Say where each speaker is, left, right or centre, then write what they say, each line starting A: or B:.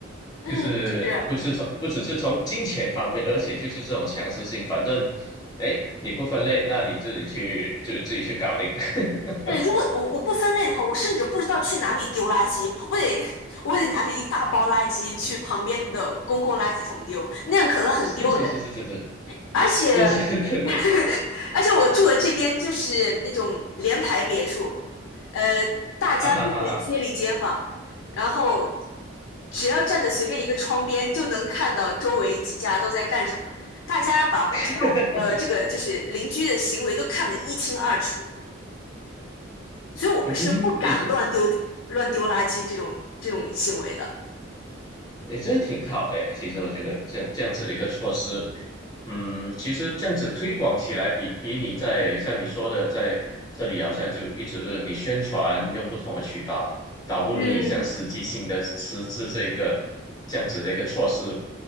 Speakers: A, on the left (about 80°); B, on the left (about 20°).
A: 嗯，
B: 就是不是从不只是从金钱方面，
A: 是。
B: 而且就是这种强制性，反正，哎，你不分类，那你自己去就自己去搞定。<laughs>
A: 对，如果我我不分类的话，我甚至不知道去哪里丢垃圾，我得我得拿着一大包垃圾去旁边的公共垃圾桶丢，那样可能很丢人。
B: 是是是是是
A: 而且
B: 是是是是是
A: <laughs> 而且我住的这边就是那种联排别墅，呃，大家都是街里街坊，
B: 啊哈哈哈，
A: 然后只要站在随便一个窗边就能看到周围几家都在干什么，大家把相呃这个就是邻居的行为都看得一清二楚。
B: <laughs>
A: 所以我们是不敢乱丢乱丢垃圾这种这种行为的。
B: 嗯，诶，诶，这挺好的诶。其实我觉得这样这样子一个措施，嗯，其实这样子推广起来比，比你在像你说的，在这里好像就一直你宣传用不同的渠道，倒不如你像实际性的实质这个
A: 嗯。
B: 这样子的一个措施，